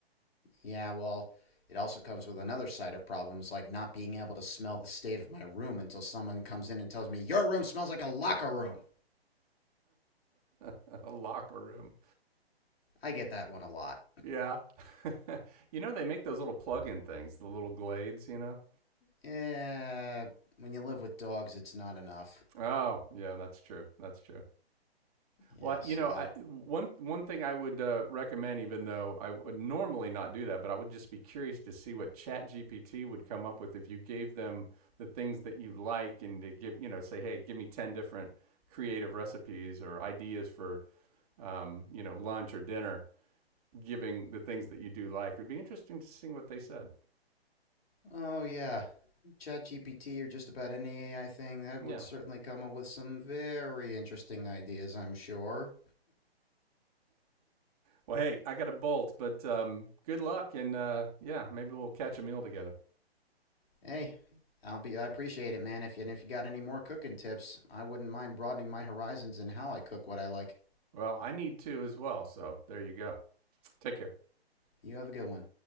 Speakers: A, on the left; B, on the right.
A: yeah, well, it also comes with another side of problems like not being able to smell the state of my room until someone comes in and tells me, "Your room smells like a locker room."
B: <laughs> A locker room.
A: I get that one a lot.
B: Yeah. <laughs> you know, they make those little plug in things, the little glades, you know?
A: Yeah, when you live with dogs, it's not enough.
B: Oh, yeah, that's true. That's true.
A: Yeah,
B: Well,
A: so.
B: you know, I, one one thing I would uh, recommend, even though I would normally not do that, but I would just be curious to see what ChatGPT would come up with if you gave them the things that you like and to give, you know, say, hey, give me ten different creative recipes or ideas for, um, you know, lunch or dinner. Giving the things that you do like, it would be interesting to see what they said.
A: Oh, yeah. ChatGPT or just about any AI thing, that
B: Yeah.
A: would certainly come up with some very interesting ideas, I'm sure.
B: Well, hey, I got to bolt, but um, good luck, and uh, yeah, maybe we'll catch a meal together.
A: Hey, I'll be I appreciate it, man. If you, and if you got any more cooking tips, I wouldn't mind broadening my horizons in how I cook what I like.
B: Well, I need to as well, so there you go. Take care.
A: You have a good one.